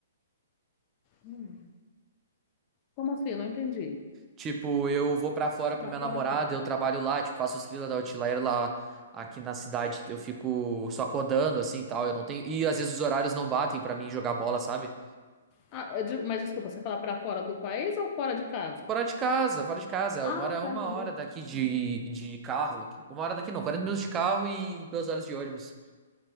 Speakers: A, on the left; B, on the right.
A: Hum. Como assim? Eu não entendi.
B: Tipo, eu vou pra fora pra
A: Pra
B: minha
A: fora
B: namorada,
A: como?
B: eu trabalho lá, tipo, faço os freela da Outlier lá. Aqui na cidade eu fico só codando assim e tal, eu não tenho. E às vezes os horários não batem pra mim jogar bola, sabe?
A: Ah, eu digo- mas desculpa, você fala pra fora do país ou fora de casa?
B: Fora de casa, fora de casa. Eu
A: Ah,
B: moro a
A: tá,
B: uma
A: entendi.
B: hora daqui de,
A: Uhum.
B: de carro aqui. Uma hora daqui não, Quarenta minutos de carro e duas horas de ônibus.